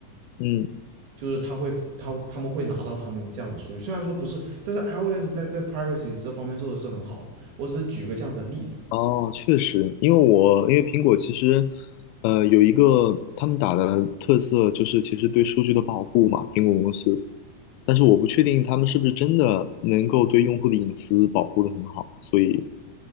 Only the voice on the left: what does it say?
嗯，
哦，确实，因为我因为苹果其实，呃，有一个他们打的特色就是其实对数据的保护嘛，苹果公司，但是我不确定他们是不是真的能够对用户的隐私保护的很好，所以。